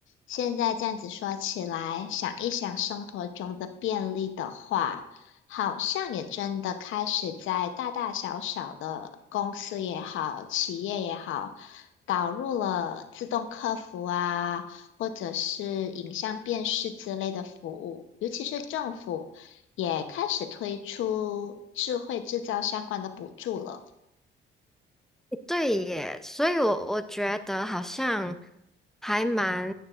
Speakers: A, on the left; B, in the centre.
A: 现在这样子说起来，想一想生活中的便利的话，好像也真的开始在大大小小的公司也好，企业也好，导入了自动客服啊，或者是影像辨识之类的服务，尤其是政府也开始推出智慧制造相关的补助了。
B: 对耶，所以我我觉得好像还蛮